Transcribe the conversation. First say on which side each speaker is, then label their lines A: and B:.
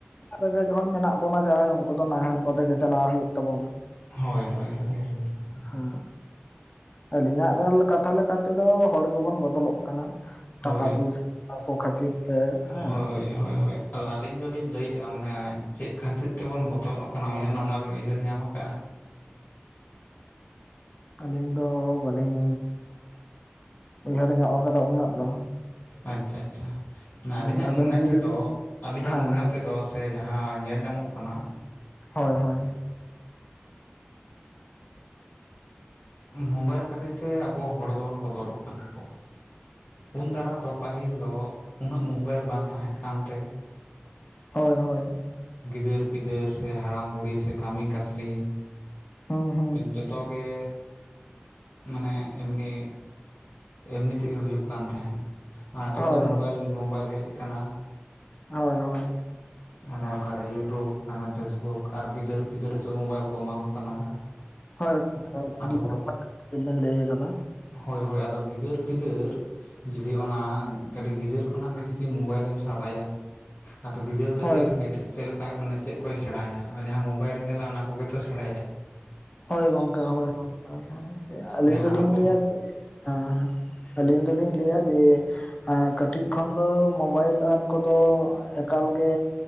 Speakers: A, on the left; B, on the left.
A: ᱟᱨ ᱨᱮᱸᱜᱮᱡ ᱦᱚᱲ ᱢᱮᱱᱟᱜ ᱵᱚᱱᱟ ᱡᱟᱦᱟᱸᱭ ᱩᱱᱠᱩ ᱫᱚ ᱱᱟᱦᱮᱞ ᱠᱚᱛᱮᱜᱮ ᱪᱟᱞᱟᱣ ᱦᱩᱭᱩᱜ ᱛᱟᱵᱚᱱᱟ।
B: ᱦᱳᱭᱻᱦᱳᱭᱻᱦᱳᱭ ᱾
A: ᱦᱮᱸ <inaudible> ᱟᱹᱞᱤᱧᱟᱜ ᱠᱟᱛᱷᱟ ᱞᱮᱠᱟ ᱛᱮᱫᱚ ᱦᱚᱲ ᱜᱮᱵᱚᱱ ᱵᱚᱫᱚᱞᱚᱜ ᱠᱟᱱᱟ ᱴᱟᱠᱟ
B: ᱦᱳᱭ
A: ᱯᱚᱭᱥᱟ ᱼᱼ ᱟᱠᱚ ᱠᱷᱟᱹᱛᱤᱨ ᱛᱮ ᱦᱮᱸ᱾
B: ᱦᱳᱭ ᱦᱳᱭ ᱦᱳᱭ ᱟᱫᱚ ᱟᱹᱞᱤᱧ ᱫᱚᱞᱤᱧ ᱞᱟᱹᱭᱮᱫᱼᱟ, ᱢᱟᱱᱮ ᱪᱮᱫ ᱠᱷᱟᱹᱛᱤᱨ ᱛᱮᱵᱚᱱ ᱵᱚᱫᱚᱞᱚᱜ ᱠᱟᱱᱟ ᱩᱭᱦᱟᱹᱨ <inaudible> ᱵᱤᱱ ᱩᱭᱦᱟᱹᱨ ᱧᱟᱢ ᱠᱟᱜᱼᱟ?
A: ᱟᱹᱞᱤᱧ ᱫᱚ ᱵᱟᱹᱞᱤᱧ ᱩᱭᱦᱟᱹᱨ ᱧᱚᱜ ᱠᱟᱫᱟ ᱩᱱᱟᱹᱜ ᱫᱚ।
B: ᱟᱪᱪᱷᱟ ᱟᱪᱪᱷᱟ
A: ᱦᱮᱸ
B: ᱟᱹᱞᱤᱧᱟᱜ
A: ᱟᱵᱮᱱ
B: ᱢᱚᱱᱮ
A: ᱡᱩᱫᱤ
B: ᱛᱮᱫᱚ
A: ᱵᱤᱱ
B: ᱟᱹᱞᱤᱧᱟᱜ
A: ᱦᱮᱸ
B: ᱢᱚᱱᱮ
A: ᱦᱮᱸ
B: ᱛᱮᱫᱚ ᱼᱼ ᱥᱮ ᱡᱟᱦᱟᱸ ᱧᱮᱞ ᱧᱟᱢᱚᱜ ᱠᱟᱱᱟ᱾
A: ᱦᱳᱭᱻᱦᱳᱭ ᱾
B: ᱮᱸᱻ, ᱢᱳᱵᱟᱭᱤᱞ ᱠᱷᱟᱹᱛᱤᱨ ᱛᱮ ᱟᱵᱚ ᱦᱚᱲ ᱫᱚᱵᱚᱱ ᱵᱚᱫᱚᱞᱚᱜ ᱠᱟᱱᱟ। ᱩᱱ ᱫᱟᱨᱟ ᱫᱚ ᱯᱟᱹᱦᱤᱞ ᱫᱚ ᱩᱱᱟᱹᱜ ᱢᱳᱵᱟᱭᱤᱞ ᱵᱟᱝ ᱛᱟᱦᱮᱸᱜ ᱠᱟᱱ ᱛᱮ᱾
A: ᱦᱳᱭᱻᱦᱳᱭ ᱾
B: ᱜᱤᱫᱽᱟᱹᱨ ᱯᱤᱫᱽᱟᱹᱨ ᱥᱮ ᱦᱟᱲᱟᱢ ᱵᱩᱲᱦᱤ ᱥᱮ ᱠᱟᱹᱢᱤ ᱠᱟᱹᱥᱱᱤ
A: ᱦᱮᱸᱻᱦᱮᱸ᱾
B: ᱡᱚᱛᱚᱜᱮ ᱢᱟᱱᱮ ᱮᱢᱱᱤ ᱼᱼ ᱮᱢᱱᱤ ᱛᱮᱜᱮ ᱦᱩᱭᱩᱜ ᱠᱟᱱ ᱛᱟᱦᱮᱸᱱ, ᱟᱨ ᱱᱤᱛᱚᱜ
A: ᱦᱳᱭ
B: ᱫᱚ ᱢᱳᱵᱟᱭᱤᱞ ᱢᱳᱵᱟᱭᱤᱞ ᱦᱮᱡ ᱠᱟᱱᱟ।
A: ᱦᱳᱭᱻᱦᱳᱭ ᱾
B: ᱢᱟᱱᱮ ᱚᱠᱟᱨᱮ ᱤᱭᱩᱴᱩᱵᱽ ᱢᱟᱱᱮ ᱯᱷᱮᱥᱵᱩᱠ ᱟᱨ ᱜᱤᱫᱟᱹᱨ ᱯᱤᱫᱟᱹᱨ ᱠᱚ, ᱢᱳᱵᱟᱭᱤᱞ ᱠᱚ ᱮᱢᱟ ᱠᱚ ᱠᱟᱱᱟ।
A: ᱦᱳᱭ ᱜᱚᱝᱠᱮ ᱟᱹᱰᱤ
B: ᱟᱫᱚᱻ
A: ᱡᱚᱛᱷᱟᱛ ᱠᱟᱛᱷᱟ ᱵᱮᱱ ᱞᱟᱹᱭ ᱟᱠᱟᱫᱟ
B: ᱦᱳᱭᱻᱦᱳᱭ, ᱟᱫᱚ ᱜᱤᱫᱽᱟᱹᱨ ᱯᱤᱫᱟᱽᱹᱨ ᱡᱩᱫᱤ ᱚᱱᱟ ᱠᱟᱹᱴᱤᱡ ᱜᱤᱫᱽᱟᱹᱨ ᱠᱷᱚᱱᱟᱜ ᱜᱮ ᱡᱩᱫᱤ ᱢᱳᱵᱟᱭᱤᱞᱮᱢ ᱥᱟᱵ ᱟᱭᱟ ᱟᱫᱚ ᱜᱤᱫᱽᱟᱹᱨ ᱼᱼ
A: ᱦᱳᱭ
B: ᱪᱮᱫ ᱞᱮᱠᱟᱭ ᱪᱮᱫ ᱞᱮᱠᱟᱭ ᱢᱟᱱᱮ ᱪᱮᱫ ᱠᱚᱭ ᱥᱮᱬᱟᱭᱟ, ᱚᱱᱟ ᱡᱟᱦᱟᱸ ᱢᱳᱵᱟᱭᱤᱞ ᱨᱮ ᱧᱮᱞᱟ ᱚᱱᱟ ᱠᱚᱜᱮ ᱛᱚ ᱥᱮᱬᱟᱭᱟᱭ।
A: ᱦᱳᱭ ᱜᱚᱝᱠᱮ ᱦᱳᱭ ᱦᱳᱭ ᱟᱹᱞᱤᱧ
B: ᱡᱟᱦᱟᱸ
A: ᱫᱚᱞᱤᱧ
B: ᱟᱵᱚ
A: ᱞᱟᱹᱭᱟ ᱡᱮ ᱦᱮᱸ ᱼᱼ ᱟᱹᱞᱤᱧ ᱫᱚᱞᱤᱧ ᱞᱟᱹᱭᱟ ᱡᱮ ᱮᱸ ᱠᱟᱹᱴᱤᱡ ᱠᱷᱚᱱ ᱫᱚ ᱢᱳᱵᱟᱭᱤᱞ ᱮᱢ ᱠᱚᱫᱚ ᱼᱼ ᱮᱠᱟᱞ ᱜᱮ